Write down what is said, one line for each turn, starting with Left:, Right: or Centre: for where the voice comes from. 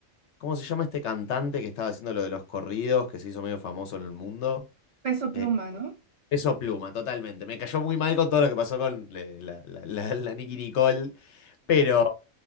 Left: ¿Cómo se llama este cantante que estaba haciendo lo de los corridos, que se hizo medio famoso en el mundo?
Right: peso pluma,
Left: Eh,
Right: ¿no?
Left: Peso pluma, totalmente. Me cayó muy mal con todo lo que pasó con le- la, la, la- la Nicki Nicole, pero,